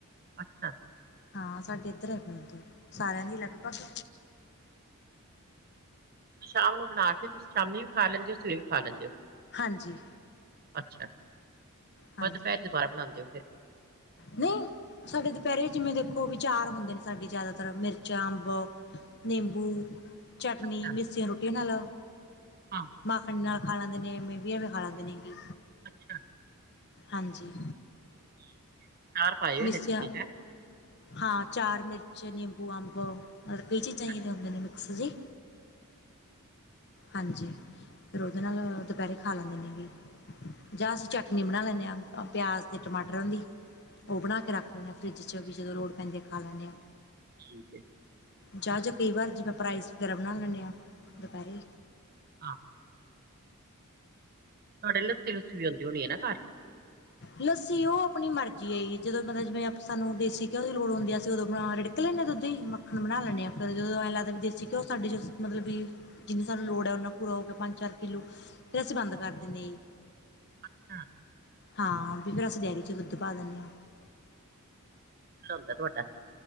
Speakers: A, on the right; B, on the left.
A: ਅੱਛਾ।
B: ਹਾਂ ਸਾਡੇ ਇੱਧਰ ਐ ਉਥ ਸਾਰਿਆਂ ਦੀ ਲਗਭਗ
A: ਸ਼ਾਮ ਨੂੰ ਬਣਾ ਕੇ ਤੁਸੀਂ ਸ਼ਾਮੀ ਵੀ ਖਾ ਲੈਂਦੇ ਹੋ ਸਵੇਰੇ ਵੀ ਖਾ ਲੈਂਦੇ ਹੋ।
B: ਹਾਂਜੀ
A: ਅੱਛਾ
B: ਹਾਂਜੀ
A: <unintelligible> ਦੁਪਹਿਰੇ ਦੀ ਬਾਹਰ ਬਣਾਦੇ ਓ ਫਿਰ।
B: ਨਹੀਂ ਸਾਡੇ ਦੁਪਹਿਰੇ ਜਿਵੇਂ ਦੇਖੋ ਵੀ ਚਾਰ ਹੁੰਦੇ ਨੇ ਸਾਡੇ ਜ਼ਿਆਦਾਤਰ ਮਿਰਚ ਅੰਬ ਨਿੰਬੂ, ਚਟਨੀ,
A: ਅੱਛਾ,
B: ਮਿੱਸੀਆਂ ਰੋਟੀਆਂ ਨਾਲ
A: ਹਾਂ,
B: ਮਾਖਣ ਨਾਲ ਖਾ ਲੈਂਦੇ ਨੇ ਐਵੇਂ ਵੀ ਐਵੇਂ ਖਾ ਲੈਂਦੇ ਨੇ ਕੀ।
A: ਅੱਛਾ।
B: ਹਾਂਜੀ।
A: ਠੀਕ ਏ। ਅਚਾਰ ਪਾਏ ਹੋਏ
B: ਮੀਸੀਆ
A: ਨੇ ਤੁਸੀਂ, ਹੈਂ?
B: ਹਾਂ ਚਾਰ, ਮਿਰਚ, ਨਿੰਬੂ, ਅੰਬ ਮਤਲਬ ਕਈ ਚੀਜ਼ ਐਹੀ
A: ਅੱਛਾ,
B: ਜਿਹੀ ਹੁੰਦੀਆਂ ਨੇ ਮਿਕਸ ਜੀ। ਹਾਂਜੀ ਫਿਰ ਉਹਦੇ ਨਾਲ ਦੁਪਹਿਰੇ ਖਾ ਲੈਂਦੇ ਨੇ।
A: ਅੱਛਾ,
B: ਜਾਂ ਅਸੀਂ ਚਟਨੀ ਬਣਾਈ ਲੈਣੇ ਪਿਆਜ਼ ਤੇ ਟਮਾਟਰ ਦੀ ਉਹ ਬਣਾ ਕੇ ਰੱਖ ਲੈਂਦੇ। ਫਰਿੱਜ 'ਚ ਵੀ ਜਦੋਂ ਲੋੜ ਪੈਂਦੀ ਖਾ ਲੈਂਦੇ ਆ।
A: ਠੀਕ ਏ।
B: ਜਾ ਜਾ ਕਈ ਵਾਰ ਜਿਵੇਂ ਆਪਾਂ ਰਾਈਸ ਵਗ਼ੈਰਾ ਬਣਾ ਲੈਣੇ ਹਾਂ ਦੁਪਹਿਰੇ।
A: ਹਾਂ। ਸਾਡੇ ਲੱਸੀ ਲੁੱਸੀ ਵੀ ਹੁੰਦੀ ਹੋਣੀ ਨਾ ਘਰ।
B: ਲੱਸੀ ਉਹ ਆਪਣੀ ਮਰਜ਼ੀ ਐ ਜੀ ਜਦੋਂ ਮਤਲਬ ਜਿਵੇਂ ਸਾਨੂੰ ਦੇਸੀ ਘਿਓ ਦੀ ਲੋੜ ਹੁੰਦੀ ਆ ਅਸੀਂ ਉਦੋਂ ਬਣਾ ਰ ਨਿਕ ਲੈਂਦੇ ਦੁੱਧ ਹੀ ਮੱਖਣ ਬਣਾ ਲੈਂਦੇ ਆ ਫਿਰ ਜਦੋਂ ਐਂ ਲੱਗਦਾ ਦੇਸੀ ਘਿਓ ਸਾਡੇ ਮਤਲਬ ਵੀ ਜਿੰਨੀ ਸਾਨੂੰ ਲੋੜ ਐ ਓਨਾ ਪੂਰਾ ਹੋ ਗਿਆ ਪੰਜ ਚਾਰ ਕਿੱਲੋ ਫਿਰ ਅਸੀਂ ਬੰਦ ਕਰ ਦਿੰਦੇ ਆ ਜੀ।
A: ਅੱਛਾ।
B: ਹਾਂ, ਵੀ ਫਿਰ ਅਸੀ ਡੇਅਰੀ ਚ ਦੁੱਧ ਪਾ ਦਿੰਦੇ ਹਾਂ।
A: <unintelligible> ਤੁਹਾਡਾ।